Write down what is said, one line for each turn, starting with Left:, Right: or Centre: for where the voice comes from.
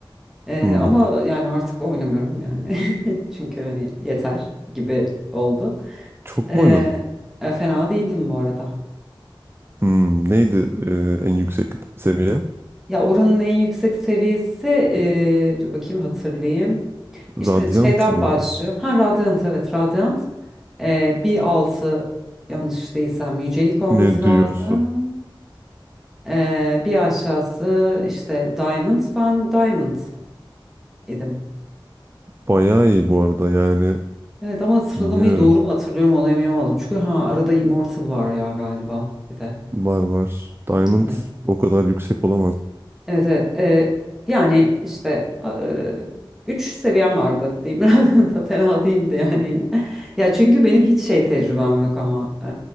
Centre: Ee,
Right: Hmm,
Centre: ama yani artık oynamıyorum yani. <laughs> Çünkü hani yeter gibi oldu.
Right: çok
Centre: Ee,
Right: mu oynadın?
Centre: e, fena değildim bu arada.
Right: Hmm, neydi e, en yüksek seviyen?
Centre: Ya oranın en yüksek seviyesi ee, dur bakayım hatırlayayım.
Right: Radiant
Centre: İşte şeyden
Right: mıydı?
Centre: başlıyor. Ha Radiant evet Radiant. Ee, bir altı yanlış değilsem yücelik olması
Right: Ne
Centre: lazım.
Right: diyorsun?
Centre: Ee, bir aşağısı işte Diamond. Ben Diamond idim.
Right: Bayağı iyi bu arada yani
Centre: Evet ama sıralamayı
Right: bilmiyorum.
Centre: doğru mu hatırlıyorum ona emin olmadım. Çünkü ha arada Immortal var ya galiba bir de.
Right: Var var. Diamond
Centre: Evet.
Right: o kadar yüksek olamaz.
Centre: Evet evet. Ee, yani işte e, üç seviyem vardı diyeyim. <laughs> Biraz da fena değildi yani yine. Ya çünkü benim hiç şey tecrübem yok ama. Ee,